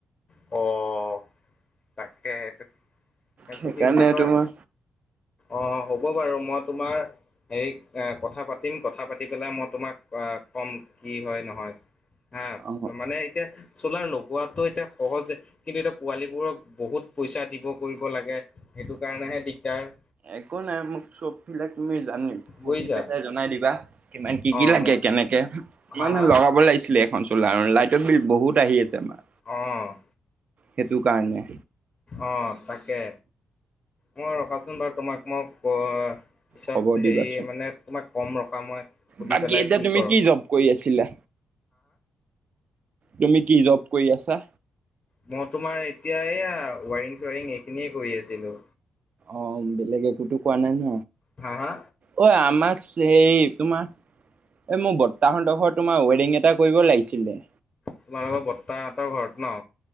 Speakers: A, on the left (about 30°); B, on the right (about 50°).
A: অ', তাকে, তাক সেইটো
B: সেইকাৰণে
A: কি বুলি কয়
B: তোমাৰ
A: অ', হ'ব বাৰু মই তোমাৰ হেৰি কথা পাতিম কথা পাতি পেলাই মই তোমাক ক'ম কি হয় নহয় হা
B: অ
A: মানে এতিয়া চোলাৰ লগোৱাতটো এতিয়া সহজে কিন্তু এতিয়া পোৱালীবোৰক বহুত পইচা দিব কৰিব লাগে সেইটো কাৰণেহে দিগদাৰ
B: একো নাই মোক চব ফিলাক তুমি জানি সুদীপিলে
A: বুজিছা
B: জনাই দিবা কিমান কি কি
A: অ
B: লাগে
A: ম
B: কেনেকে
A: হা
B: মানে
A: হা
B: লগাব লাগিছিলে এখন চোলাৰ লাইটৰ বিল বহুত আহি আছে আমাৰ
A: অ',
B: সেইটো কাৰণে
A: অ তাকে মই ৰখাচোন বাৰু তোমাক মই পিছত
B: খবৰ দিবাচোন
A: হেৰি মানে তোমাক কম ৰখ ৰবা ময় সুধি
B: বাকী
A: পেলাই
B: এতিয়া
A: কি
B: তুমি
A: কৰো
B: জব কৰি আছিলা তুমি কি জব কৰি আছা?
A: মই তোমাৰ এতিয়া এইয়া ৱাৰিং- চোৱাৰিং এইখিনিয়ে কৰি আছিলোঁ
B: অ' বেলেগ একোতো কোৱা নাই ন
A: হা হা
B: অ' আমা ছ সেই তোমাৰ এই মোক বত্তাহতৰ ঘৰত তোমাৰ ৱেৰিং এটা কৰিব লাগিছিলে
A: তোমালোকৰ বত্তাহতৰ ঘৰত ন?